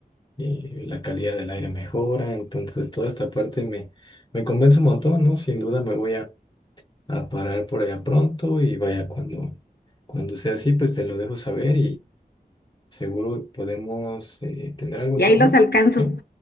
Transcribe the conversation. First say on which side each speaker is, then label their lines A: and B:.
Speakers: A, on the left; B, on the left.
A: y la calidad del aire mejora. Entonces, toda esta parte me, me convence un montón, ¿no? Sin duda me voy a, a parar por allá pronto y vaya cuando, cuando sea así, pues te lo dejo saber Seguro podemos eh, tener algo
B: Y
A: en común,
B: ahí los alcanzo.
A: ¿sí?